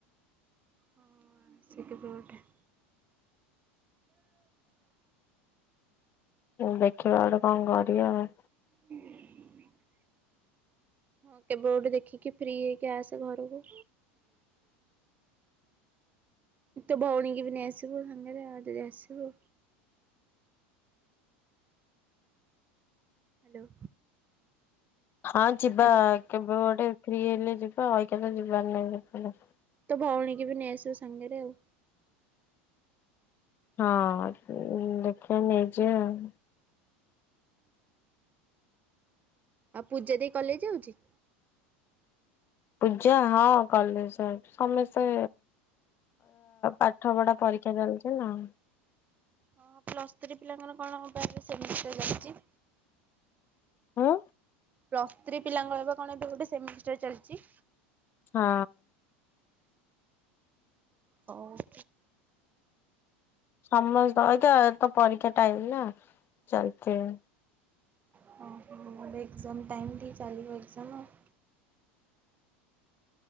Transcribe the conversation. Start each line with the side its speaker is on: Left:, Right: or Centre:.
Right: ହଁ ଆସେ କେବେ ଗୋଟେ
Left: ଦେଖିବା ଗୋଟେ କଣ କରିବା ଆଉ।
Right: <inaudible> ହଁ କେବେ ଗୋଟେ ଦେଖିକି ଫ୍ରି ହେଇକି ଆସେ ଘରକୁ ତ ଭଉଣୀ କି ବି ନେଇ ଆସିବୁ ସାଙ୍ଗରେ ଯଦି ଆସିବୁ। ହ୍ୟାଲୋ
Left: ହଁ
Right: ହ୍ୟାଲୋ
Left: ଯିବା କେବେ ଗୋଟେ ଫ୍ରୀ ହେଲେ ଯିବା ଆଉ ଏହି ଯିବାର ନାଇଁ <unintelligible>
Right: ତ ଭଉଣୀ କି ବି ନେଇଆସିବୁ ସାଙ୍ଗରେ ଆଉ।
Left: ହଁ ଦେଖିବା ନେଇଯିବା ଆଉ।
Right: ଆଉ ପୂଜା ଦି କଲେଜ୍ ଯାଉଛି।
Left: ପୂଜା ହଁ କଲେଜ୍ ସମସ୍ତେ ପାଠ ପଢା ପରୀକ୍ଷା ଚାଲିୁଛି ନା
Right: ହଁ ପ୍ଲସ୍ ଥ୍ରୀ ପିଲାଙ୍କର କଣ ବା ଏବେ ସେମିଷ୍ଟାର୍ ଚାଲିଛି।
Left: ହଁ
Right: ପ୍ଲସ୍ ଥ୍ରୀ ପିଲାଙ୍କର ବା କଣ ଏବେ ଗୋଟେ ସେମିଷ୍ଟାର୍ ଚାଲିଛି।
Left: ହଁ
Right: ହଉ
Left: ସମସ୍ତ ଅଇକା ତ ପରୀକ୍ଷା ଟାଇମ୍ ନା ଚାଲିଥିବ
Right: ହଁ ହଁ ଏଗ୍ଜାମ ଟାଇମ୍ ଦି ଚାଲିବ ଏଗ୍ଜାମ ଆଉ